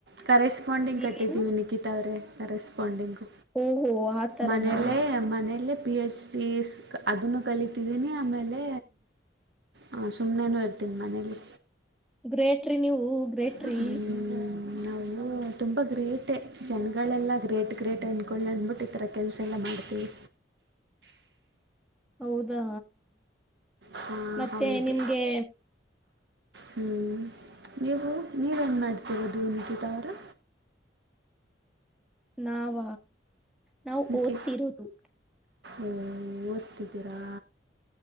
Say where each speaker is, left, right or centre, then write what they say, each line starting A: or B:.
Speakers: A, on the right; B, in the centre.
A: ಕರೆಸ್ಪಾಂಡಿಂಗ್ ಕಟ್ಟಿದ್ದೀವಿ
B: ಏನು
A: ನಿಕಿತಾ ಅವ್ರೇ ಕರೆಸ್ಪಾಂಡಿಂಗ್.
B: ಓಹೋ ಆ ತರನಾ
A: ಮನೇಲ್ಲೇ ಮನೇಲ್ಲೇ. ಪಿ ಎಚ್ ಡಿ ಅದನ್ನು ಕಲಿತಿದ್ದೀನಿ ಆಮೇಲೆ. ಹಾ ಸುಮ್ಮನೆನೂ ಇರ್ತೀನಿ ಮನೇಲಿ.
B: ಗ್ರೇಟ್ರೀ ನೀವು ಗ್ರೇಟ್ರೀ.
A: ಹ್ಮ್, ನಾವು. ತುಂಬ ಗ್ರೇಟೇ ಜನಗಳೆಲ್ಲ ಗ್ರೇಟ್ ಗ್ರೇಟ್ ಅಂದ್ಕೊಂಡು ಅಂದ್ಬಿಟ್ಟು ಈ ಥರ ಕೆಲಸ ಎಲ್ಲ ಮಾಡ್ತೀವಿ.
B: ಹೌದಾ
A: ಹಾಂ
B: ಮತ್ತೆ
A: ಹೌದು
B: ನಿಮ್ಗೆ.
A: ಹ್ಞೂ ನೀವು ನೀವೇನು ಮಾಡ್ತಿರೋದು ನಿಕಿತಾ ಅವರೇ.
B: ನಾವ ನಾವು
A: ನಿಖಿ
B: ಓದ್ತಿರೋದು.
A: ಓ ಓದ್ತಿದ್ದೀರಾ